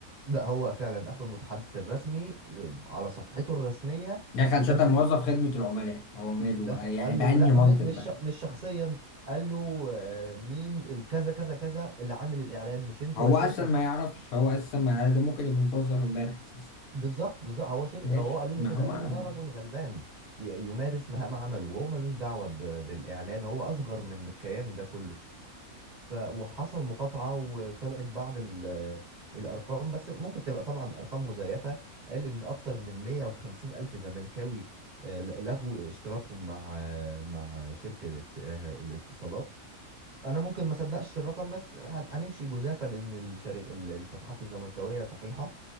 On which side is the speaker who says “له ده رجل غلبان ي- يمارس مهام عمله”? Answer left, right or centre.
Right